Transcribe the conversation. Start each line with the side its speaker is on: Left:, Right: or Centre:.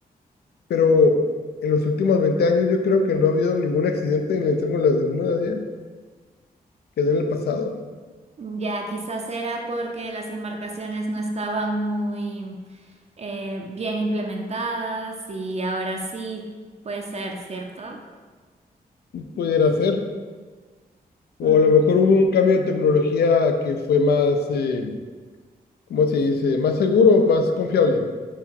Left: Pero en los últimos 20 años yo creo que no ha habido ningún accidente en el Triángulo de las Bermudas ya, que no en el pasado.
Right: Ya, quizás era porque las embarcaciones no estaban muy eh, bien implementadas y ahora sí puede ser, ¿cierto?
Left: Pudiera ser. O
Right: Mm,
Left: a lo mejor hubo un cambio de tecnología que fue más, eh, ¿cómo se dice? Más seguro, más confiable.